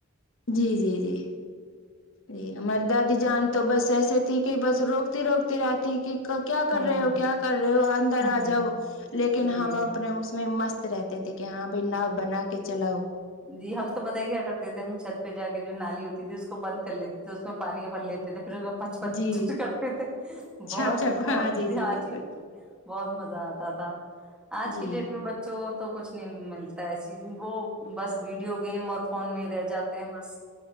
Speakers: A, on the left; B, in the centre.
A: جی جی جی جی ہماری دادی جان تو بس ایسے تھی کہ بس روکتی روکتی رہتی کہ کیا کر
B: ہوں
A: رہے ہو کیا کر رہے ہو اندر
B: ہوں
A: آ جاؤ لیکن
B: جی
A: ہاں باپ نے اس میں مست رہتے تھے کہ ہاں بھائی ن بنا کے چلاؤ
B: جی ہم تو پتا ہی کیا کرتے تھے ہم چھ پہ جا کے جو نالی ہوتی تھی اس کو بند کر لیتے تھے اس میں پانی بھر لیتے تھے پھر پچ پچ
A: جی
B: کرتے تھے بہت
A: چھاپ چھاپ
B: بہت
A: ہاں
B: د
A: جی جی بالکل
B: چ ت بہت مزہ آتا تھا آج
A: جی
B: کی ڈیٹ میں بچوں تو کچھ نہیں ملتا ایسیز وہ بس ویڈیو گیم اور فون میں ہی رہ جاتے ہیں بس